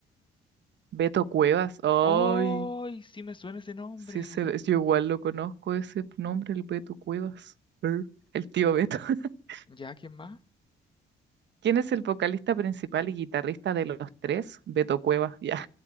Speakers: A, on the right (about 65°); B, on the left (about 25°).
A: Beto Cuevas. Ay,
B: ¡Ay! sí me suena ese nombre.
A: sí, ese- yo igual lo conozco ese nombre, el Beto Cuevas. Er, El tío Beto. <laughs>
B: ¿Ya quién más?
A: ¿Quién es el vocalista principal y guitarrista de los tres? Beto Cuevas, ya.